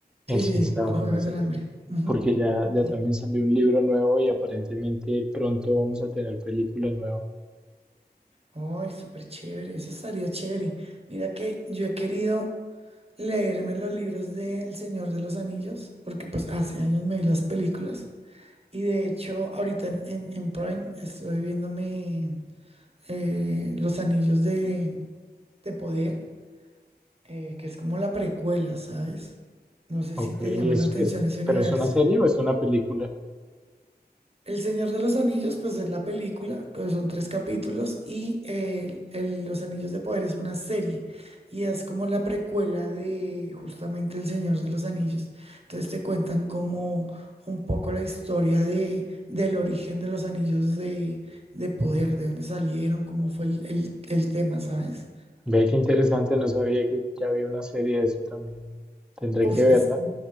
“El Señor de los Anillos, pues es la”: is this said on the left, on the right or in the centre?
Right